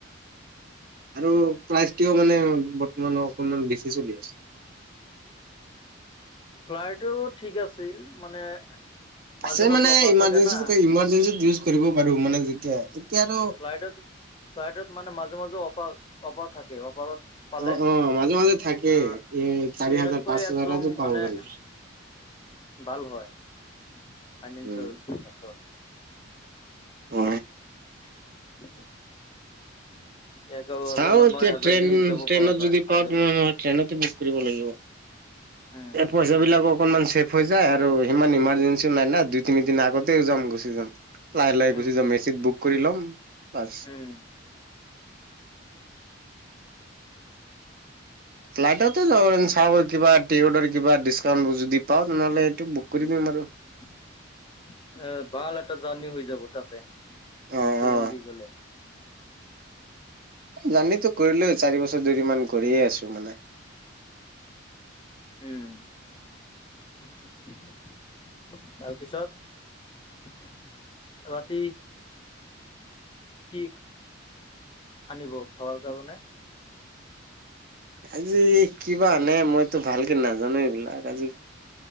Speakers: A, on the right; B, on the left.
A: আৰু
B: অ
A: প্ৰাইজটোও মানে বৰ্তমান অকনমান বেছি চলি আছে।
B: ফ্লাইটো ঠিক আছিল মানে মাজে
A: আছে
B: মাজে
A: মানে
B: অফাৰ
A: ইমাৰ্জেঞ্চি
B: থাকে না
A: ইমাৰ্জেঞ্চিত ইউজ কৰিব পাৰোঁ মানে যেতিয়া এতিয়া আৰু
B: <unintelligible> ফ্লাইডত মানে মাজে মাজে অফা, অফাৰ থাকে অফাত পালে,
A: অ অ মাজে মাজে থাকে
B: অ'
A: এ চাৰি
B: ট্ৰেইনতকৈ
A: হাজাৰ পাঁচ
B: একদম
A: হাজাৰতো পাব
B: মানে
A: পাৰি
B: ভাল হয়, ফাইনেন্সৰ
A: উম
B: <unintelligible>
A: অ
B: এঘাৰ
A: চাওঁ
B: হাজাৰ ন
A: এতিয়া
B: নয় হাজাৰ
A: ট্ৰেইন
B: দি যাব
A: ট্ৰেইনত
B: পৰা যায়
A: যদি
B: হায়দৰাবাদত
A: পাওঁ ট্ৰেইনত ট্ৰেইনতে বুক কৰিব লাগিব,
B: উম
A: এই পইচা বিলাক অকন মান চেব হৈ যায় আৰু সিমান ইমাৰ্জেঞ্চিও নাই না দুই তিনি দিন আগতেও যাম গুচি যাম। লাহে লাহে
B: উম
A: গুচি যাম এচিত বুক কৰি ল'ম বাচ।
B: উম
A: ফ্লাইটেৰে যাব পাৰিম চাউল কিবা টিকটৰ কিবা ডিচকাউণ্ট যদি পাওঁ তেনেহ'লে এইটো বুক
B: উম
A: কৰি দিম আৰু।
B: এ, ভাল এটা জাৰ্ণি হৈ যাব তাতে। ট্ৰেইন
A: অ অ
B: দি গ'লে।
A: জাৰ্ণিতো কৰিলেও চাৰি বছৰ ধৰি মান কৰিয়ে আছোঁ মানে।
B: উম। তাৰপিছত, ৰাতি কি, আনিব খাবৰ কাৰনে?
A: আজি কিবা আনে মইতো ভালকে নাজানো এইবিলাক আজি